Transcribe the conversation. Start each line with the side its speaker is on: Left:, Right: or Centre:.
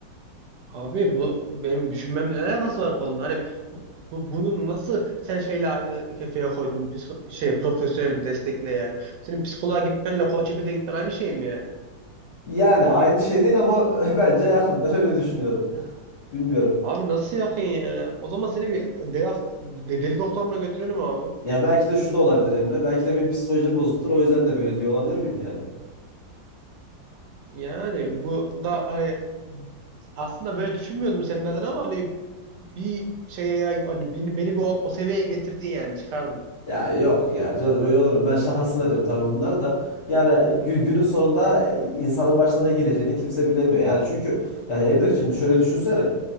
Right: Abi bu benim düşünmemle ne alakası var konunun? Hani bu, bu- bunu nasıl sen şeyle aynı kefeye koydun psiko- şey profesyonel bir destekle yani. Senin psikoloğa gitmenle koç çekirdeğe gitmen aynı şey mi yani?
Left: Yani aynı şey değil ama <laughs> bence yakın. Ben öyle düşünüyorum. Bilmiyorum.
Right: Abi nasıl yakın ya? O zaman seni bir deli, hast- de- deli doktoruna götürelim abi.
Left: Ya belki de şu da olabilir Emre. Belki de benim psikolojim bozuktur. O yüzden de böyle diyor olabilir miyim yani?
Right: Yani bu da hani aslında böyle düşünmüyordum senin adına ama hani bir şeye hani beni, beni bir o, o seviyeye getirdin yani çıkardın.
Left: Ya yok ya canım öyle olurum Ben şakasına diyorum tabii bunlar da. Yani gü- günün sonunda e, insanın başına ne geleceğini kimse bilemiyor. Yani çünkü yani Emre şimdi şöyle düşünsene.